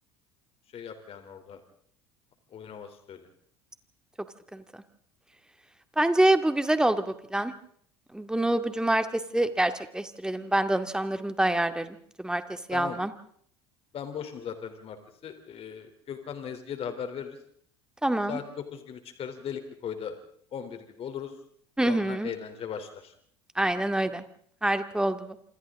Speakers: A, on the left; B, in the centre.
A: şey yap yani orada oyun havası söyle.
B: <laughs> Çok sıkıntı. Bence bu güzel oldu bu plan. Bunu bu cumartesi gerçekleştirelim. Ben danışanlarımı da ayarlarım. Cumartesiyi
A: Tamam
B: almam.
A: ben boşum zaten cumartesi. Ee, Gökhan'la Ezgi'ye de haber veririz.
B: Tamam.
A: Saat 9 gibi çıkarız Delikli Koy'da 11 gibi oluruz.
B: Hı
A: Sonra
B: hı.
A: eğlence başlar.
B: Aynen öyle. Harika oldu bu.